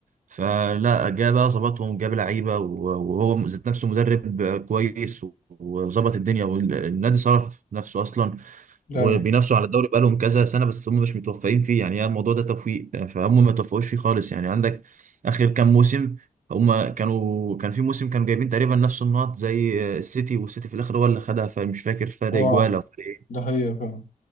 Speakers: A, on the right; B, on the left.
A: فلا جه بقى ظبطهم جاب لعيبه و- وهو ذات نفسه مدرب كويس و- وظبط الدنيا والنادي صرف نفسه اصلا
B: دايما
A: وبينافسوا على الدوري بقالهم كذا سنه بس هم مش متوفقين فيه يعني هي الموضوع ده توفيق فهم ما توفقوش فيه خالص يعني عندك اخر كام موسم هم كانوا كان في موسم كانوا جايبين تقريبا نفس النقط زي السيتي والسيتي في الاخر هو اللي خدها فمش فاكر فرق
B: اه
A: جوال او فرق ايه
B: ده هي فعلا